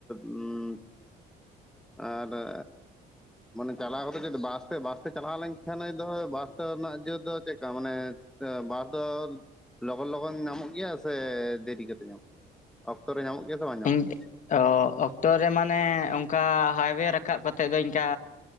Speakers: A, in the centre; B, on the left (about 50°).
A: ᱚᱩᱸ ᱟᱨ ᱮᱻ ᱢᱟᱱᱮ ᱪᱟᱞᱟᱣ ᱠᱟᱛᱮ ᱡᱮᱛᱚ ᱵᱟᱥ ᱛᱮ ᱵᱟᱥ ᱛᱮ ᱪᱟᱞᱟᱣ ᱞᱮᱱᱠᱷᱟᱱ ᱵᱟᱥ ᱛᱮ ᱨᱮᱱᱟᱜ ᱡᱟᱹ ᱫᱚ ᱪᱮᱜᱠᱟ ᱢᱟᱱᱮ? ᱟ ᱵᱟᱥ ᱫᱚ ᱞᱚᱜᱚᱱ - ᱞᱚᱜᱚᱱ ᱧᱟᱢᱚᱜ ᱜᱮᱭᱟ ᱥᱮ ᱫᱮᱨᱤ ᱠᱟᱛᱮᱫ ᱧᱟᱢᱚᱜ ᱜᱮᱭᱟ? ᱚᱠᱛᱚ ᱨᱮ ᱧᱟᱢᱚᱜ ᱜᱮᱭᱟ ᱥᱮ ᱵᱟᱝ ᱧᱟᱢᱚᱜ
B: ᱤᱧ
A: ᱜᱮᱭᱟ?
B: ᱚ ᱚᱠᱛᱚ ᱨᱮ ᱢᱟᱱᱮ ᱚᱝᱠᱟ ᱦᱟᱭᱣᱮ ᱨᱟᱠᱟᱵ ᱠᱟᱛᱮᱫ ᱫᱚ ᱤᱱᱠᱟᱼᱼᱼ